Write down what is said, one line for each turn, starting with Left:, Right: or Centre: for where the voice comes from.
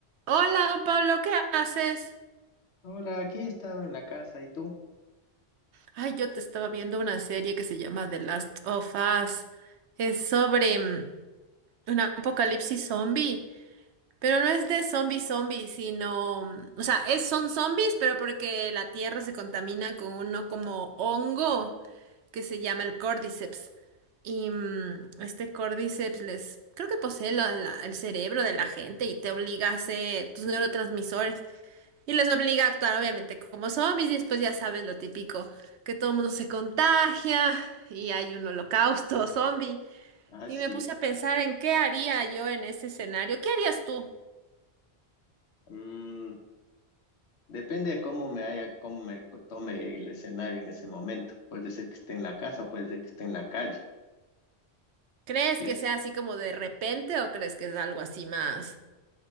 Right: Hola Pablo, ¿qué haces?
Left: Hola, aquí estaba en la casa, ¿y tú?
Right: Ay, yo te estaba viendo una serie que se llama The Last of Us. Es sobre mm, un apocalipsis zombie, pero no es de zombie zombie, sino, mm, o sea, es, son zombies, pero porque la tierra se contamina con uno como hongo que se llama el Cordyceps. Y mm, este Cordyceps les, creo que posee la- la- el cerebro de la gente y te obliga a hacer tus neurotransmisores. Y les obliga a actuar, obviamente, como zombies. Y después ya sabes lo típico, que todo el mundo se contagia y hay un holocausto <laughs> zombie.
Left: Ah,
Right: Y
Left: sí.
Right: me puse a pensar en qué haría yo en ese escenario. ¿Qué harías tú?
Left: Mm, depende de cómo me haya, cómo me co- tome el escenario en ese momento. Puede ser que esté en la casa, puede ser que esté en la calle.
Right: ¿Crees
Left: Si
Right: que
Left: es,
Right: sea así como de repente o crees que es algo así más